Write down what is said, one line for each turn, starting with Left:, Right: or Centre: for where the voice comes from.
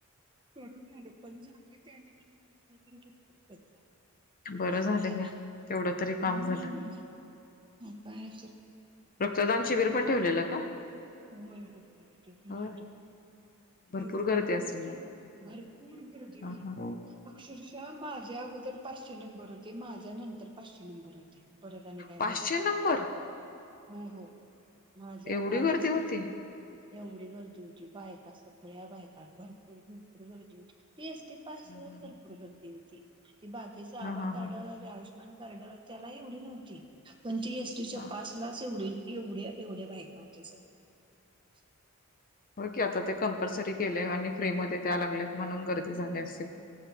Right: करून आल पण झालं त्यानमित्तान काहीतरी झालं <unintelligible>
Left: बरं
Right: निमित्तानं
Left: झालं घ्या, तेवढं तरी काम
Right: हम्म
Left: झालं.
Right: मग काय
Left: प्रदान शिबिर
Right: तर
Left: पण ठेवलेलं का?
Right: होय होय होय ते पण
Left: होय
Right: होतं.
Left: भरपूर
Right: एवढी
Left: असेल
Right: गर्दी,
Left: मग
Right: भरपूर गर्दी भर
Left: हा हा
Right: अक्षरशः माझ्या अगोदर पाचशे नंबरच. ते माझ्या नंतर पाचशे नंबर होते. परत आणि काय
Left: पाचशे
Right: माहित नाही.
Left: नंबर
Right: हो हो माझा
Left: एवढी
Right: माझाच
Left: गर्दी होती
Right: किती एवढी गर्दी होती. बायका, सगळ्या बायका भरपूर भरपूर गर्दी होती. पी एसटी पास
Left: हा
Right: ला भरपूर गर्दी होती. <unintelligible> ती बाकीचा आबा
Left: हा
Right: काढ
Left: हा
Right: <unintelligible> पॅन कार्ड त्यालाही एवढी नव्हती. पण ती त
Left: हा
Right: पा <unintelligible> एवढं एवढ्या एवढ्या बायका हो ते सगळे <unintelligible>
Left: हो की आता ते कंपल्सरी केले. आणि फ्री मध्ये द्या द्या लागले. म्हणून गर्दी
Right: हम्म
Left: झाली असेल.